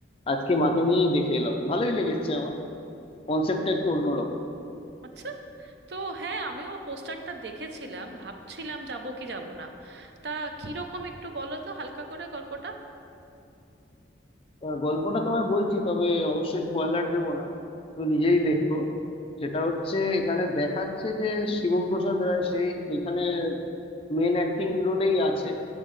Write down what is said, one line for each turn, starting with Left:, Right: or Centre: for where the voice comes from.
Left: আজকে মাকে নিয়েই দেখে এলাম ভালোই লেগেছে আমার কনসেপ্টটা একটু অন্যরকম
Right: আচ্ছা তো হ্যাঁ আমিও পোস্টারটা দেখেছিলাম ভাবছিলাম যাব কি যাব না তা কিরকম একটু বলো তো হালকা করে গল্পটা
Left: আহ, গল্পটা তোমায় বলছি তবে অবশ্যই স্পয়লার দেবো না তুমি নিজেই দেখো সেটা হচ্ছে এখানে দেখাচ্ছে যে শিবপ্রসাদ রায় সেই এখানে মেন অ্যাক্টিং রোলেই আছে